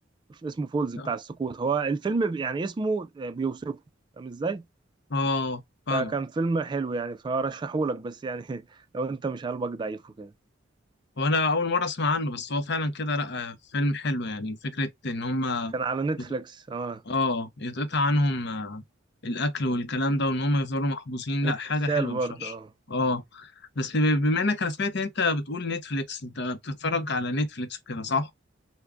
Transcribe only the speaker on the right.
اسمه فولز
بتاع السقوط هو الفيلم ب- يعني اسمه آه، بيوصفه فاهم ازاي
فكان فيلم حلو يعني فرشحهولك بس يعني <laughs> لو انت مش قلبك ضعيف وكده
كان على نتفليكس
اه
والارسال
برضه
اه